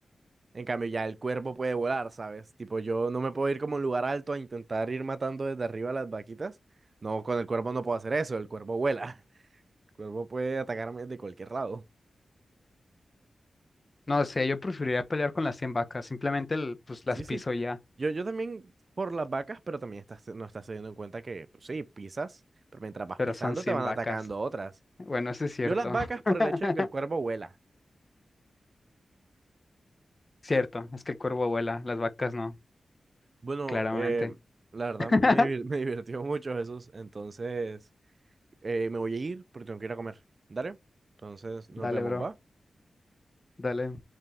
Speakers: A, on the right; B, on the left.
A: En cambio, ya el cuerpo puede volar, ¿sabes? Tipo, yo no me puedo ir como a un lugar alto a intentar ir matando desde arriba a las vaquitas. No, con el cuerpo no puedo hacer eso, el cuerpo vuela. <laughs> El cuerpo puede atacarme de cualquier lado.
B: No sé, yo preferiría pelear con las 100 vacas. Simplemente el- pues las
A: Sí,
B: piso
A: sí.
B: ya,
A: Yo, yo también por las vacas, pero también estás, no estás teniendo en cuenta que, pues sí, pisas, pero mientras vas
B: pero
A: pisando
B: son 100
A: te van
B: vacas.
A: atacando otras.
B: Bueno, eso es cierto.
A: Yo las vacas por
B: <laughs>
A: el hecho de que el cuervo vuela.
B: Cierto, es que el cuervo vuela, las vacas no,
A: Bueno,
B: claramente.
A: eh, la verdad
B: <laughs>
A: me, divir- <laughs> me divirtió mucho Jesús. Entonces, eh, me voy a ir porque tengo que ir a comer. Dale. Entonces, nos
B: Dale,
A: vemos,
B: bro,
A: ¿va?
B: dale.